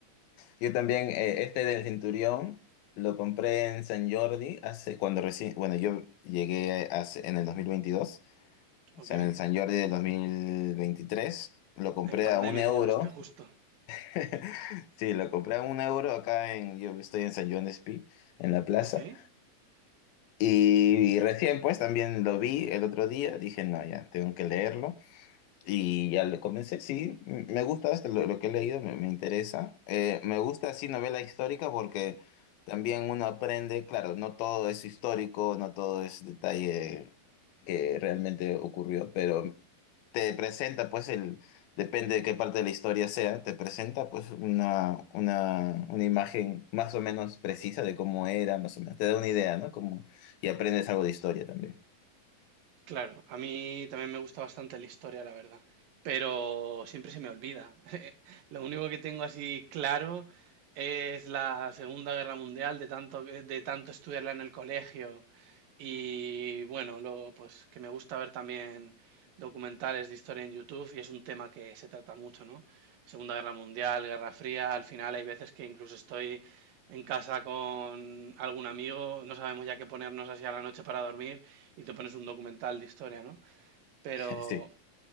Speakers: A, on the left; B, on the right.
A: Yo también, eh, este del Centurión, lo compré en San Jordi hace, cuando recién, bueno, yo llegué hace, en el dos mil veintidós o
B: Ok,
A: sea, en el San Jordi del 2023 lo compré
B: en pandemia
A: a un euro.
B: llegaste justo.
A: <laughs> Sí, lo compré a un euro acá en, yo estoy en San Juan de Espí, en la plaza.
B: Ok.
A: Y, y recién pues también lo vi el otro día, dije, no, ya, tengo que leerlo. Y ya le comencé, sí, m- me gusta esto, lo, lo que he leído me, me interesa. Eh, me gusta así novela histórica porque también uno aprende, claro, no todo es histórico, no todo es detalle que realmente ocurrió, pero te presenta pues el, depende de qué parte de la historia sea, te presenta pues una, una, una imagen más o menos precisa de cómo era, más o menos, te da una idea, ¿no? Como, y aprendes algo de historia también.
B: Claro, a mí también me gusta bastante la historia, la verdad, pero siempre se me olvida. <laughs> Lo único que tengo así claro es la Segunda Guerra Mundial, de tanto, que- de tanto estudiarla en el colegio y bueno, luego pues que me gusta ver también documentales de historia en YouTube y es un tema que se trata mucho, ¿no? Segunda Guerra Mundial, Guerra Fría, al final hay veces que incluso estoy en casa con algún amigo, no sabemos ya qué ponernos así a la noche para dormir y te pones un documental de historia, ¿no? Pero
A: <laughs> Sí.